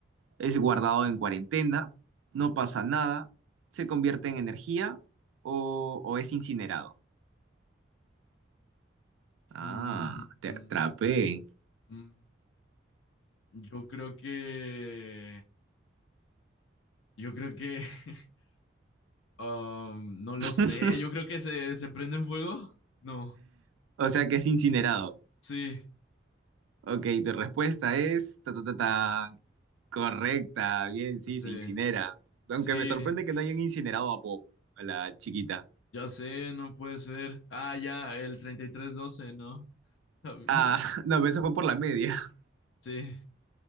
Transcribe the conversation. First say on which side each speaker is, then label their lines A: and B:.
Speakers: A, on the right (about 80°); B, on the left (about 75°).
A: es guardado en cuarentena, no pasa nada, se convierte en energía o, o es incinerado. Ah,
B: Mm,
A: te
B: mm,
A: atrapé.
B: mm. yo creo que... Yo creo que... <laughs> um, no lo
A: <laughs>
B: sé, yo creo que se, se prende en fuego. No,
A: O sea que es incinerado.
B: sí,
A: Ok, tu respuesta es ta, ta, ta, ta. correcta. Bien, sí,
B: sí,
A: se incinera. Aunque
B: sí,
A: me sorprende que no hayan incinerado a Bob, a la chiquita.
B: ya sé, no puede ser. Ah, ya, el treinta y tres doce, ¿no? <laughs> También,
A: Ah, <laughs> no, pero eso fue por la media.
B: sí.